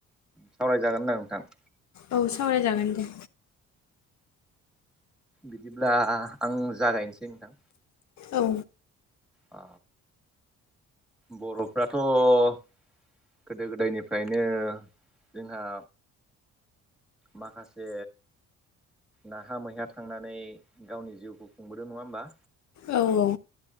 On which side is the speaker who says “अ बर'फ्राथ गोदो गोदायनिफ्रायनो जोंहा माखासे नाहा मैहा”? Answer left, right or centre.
Centre